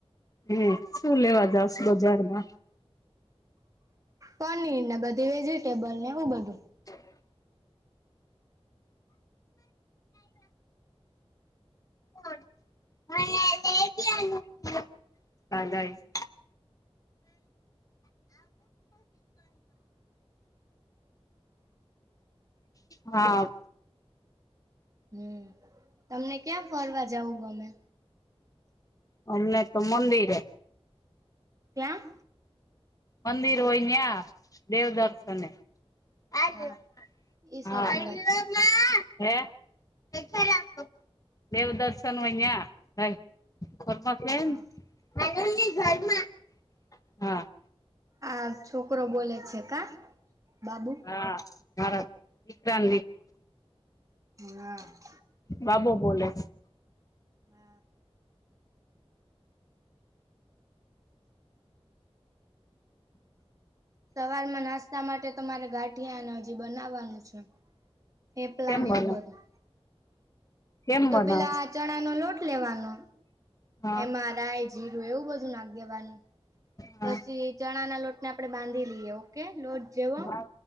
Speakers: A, on the left; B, on the right.
A: હે શું લેવા જાવ છો બજારમાં?
B: પનીર ને બધી વેજીિટેબલ ને એવું બધું
A: <unintelligible> <inaudible> હા.
B: હમ <inaudible> તમને ક્યાં ફરવા જવું ગમે?
A: અમને તો મંદિરે
B: ક્યાં
A: મંદિર હોય યા, દેવદર્શને <unintelligible> હે,
B: હા એ
A: <unintelligible>
B: સાચી વાત છે
A: દેવ દર્શન હોયા <unintelligible>
B: હા
A: હા
B: આ છોકરો બોલે છે કા બાબુ
A: હા ભારત <unintelligible>
B: હા.
A: બાબો બોલે
B: હા. સવારમાં નાસ્તા માટે તો મારે ગાંઠિયાને હજી બનાવવાનું છે. હે પ્લાન
A: કેમ
B: ને
A: બનો
B: એવું બધું.
A: કેમ
B: તો
A: બનાવ
B: પેલા આ ચણા નો લોટ લેવાનો
A: હા
B: એમાં રાય જીરું એવું બધું નાખ દેવાનું.
A: હા
B: પછી ચણા ના લોટ ને આપણે બાંધી લઈએ ઓકે લોટ જેવો
A: હા